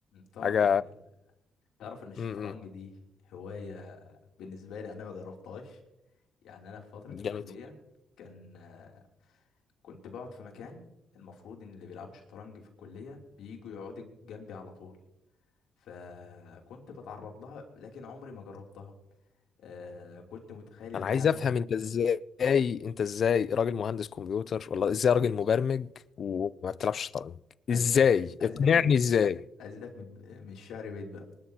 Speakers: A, on the left; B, on the left.
A: تعرف
B: حاجه
A: ان ال- تعرف ان الشطرنج
B: امم
A: دي هواية بالنسبة لي انا ما جربتهاش يعني انا في فترة
B: جامد
A: الكلية كان آه، كنت بقعد في مكان المفروض ان اللي بيلعبوا شطرنج في الكلية بييجوا يقعدوا جنبي على طول فكنت بتعرض لها لكن عمري ما جربتها آه، كنت متخيل ان
B: انا عايز
A: هي هتاخد
B: افهم انت ازاي انت ازاي راجل مهندس كمبيوتر ولا ازاي راجل مبرمج وما
A: مم،
B: بتلعبش شطرنج
A: ازيدك
B: ازاي
A: ازيدك
B: اقنعني
A: من الب-
B: ازاي
A: ازيدك من الب- من الشعر بيت بقى